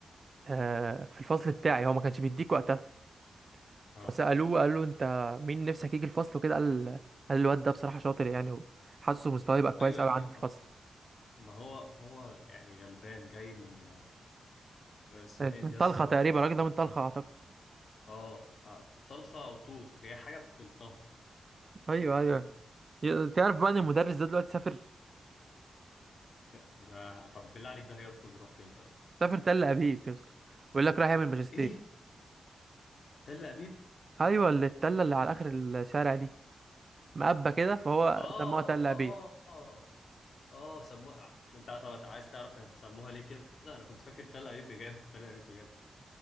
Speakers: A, on the right; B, on the left.
A: آه في الفصل بتاعي هو ما كانش بيديك وقتها
B: اه
A: فسألوه
B: آه.
A: قالوا انت مين نفسك يجي الفصل وكده قال قال الواد ده بصراحة شاطر يعني وحاسه مستواه يبقى كويس
B: ايوه يا
A: قوي
B: ابني
A: عند
B: ما
A: الفصل
B: هو ما هو هو يعني غلبان جاي من آه، اسمها
A: آه،
B: ايه
A: من
B: دي
A: طلخة
B: يسطا
A: تقريبا الراجل ده من طلخة اعتقد
B: اه آه، طلخة او طوخ هي حاجة بالطه
A: ايوه
B: فاهم
A: ايوه ي- تعرف بقى ان المدرس ده دلوقتي سافر
B: س- ده طب بالله عليك ده هيخرج يروح فين طيب
A: سافر تل ابيب يا اسطى ويقول لك رايح يعمل ماجستير
B: ايه تل ابيب
A: ايوه اللي التله اللي على اخر الشارع دي مقبة كده فهو
B: اه
A: سموها تل أبيب
B: اه اه اه سموها انت طب عايز تعرف سموها ليه كده انا كنت فاكر تل ابيب بجد تل ابيب بجد